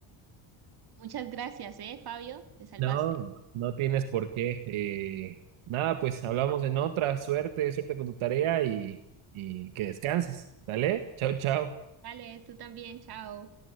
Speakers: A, on the right; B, on the right.
A: Muchas gracias, eh, Fabio, te salvaste.
B: No, no tienes por qué. Eh, nada, pues hablamos en otra. Suerte, suerte con tu tarea y, y que descanses. Dale, chao, chao.
A: Vale, tú también, chao.